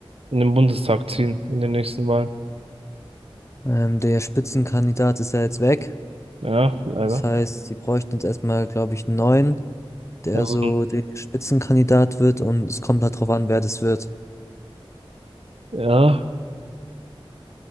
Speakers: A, on the right; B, on the left.
A: in den Bundestag ziehen in den nächsten Wahlen?
B: Ähm, der Spitzenkandidat ist ja jetzt weg.
A: Ja, leider.
B: Das Mhm. heißt, sie bräuchten jetzt erstmal, glaube ich, einen neuen, der
A: Also,
B: so der Spitzenkandidat wird und es kommt halt drauf an, wer das wird.
A: ja.